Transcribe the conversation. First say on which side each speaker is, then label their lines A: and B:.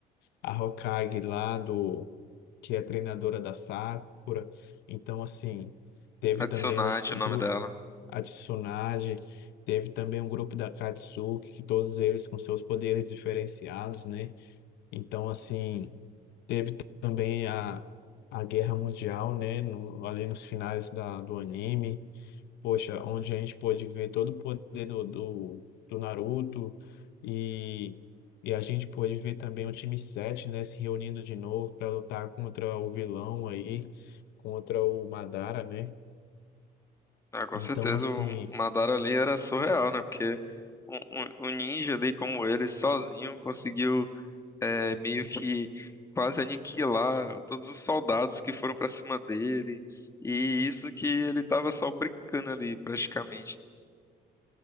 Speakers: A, on the left; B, on the left.
A: a Hokage lá do, que é treinadora da Sakura. Então, assim, teve
B: A Tsunade,
A: também os, o
B: o nome
A: grupo,
B: dela.
A: a Tsunade, teve também um grupo da Katsuki, que todos eles com seus poderes diferenciados, né? Então, assim. Teve também a, a Guerra Mundial, né? no- ali nos finais da, do anime. Poxa, onde a gente pôde ver todo o poder do, do, do Naruto e, e a gente pôde ver também o time sete né? Se reunindo de novo para lutar contra o vilão aí, contra o Madara, né?
B: Ah, com
A: Então,
B: certeza,
A: assim.
B: o Madara ali era surreal, né? Porque um, um- um ninja ali como ele, sozinho, conseguiu é, meio que quase aniquilar todos os soldados que foram pra cima dele. E isso que ele tava só brincando ali, praticamente.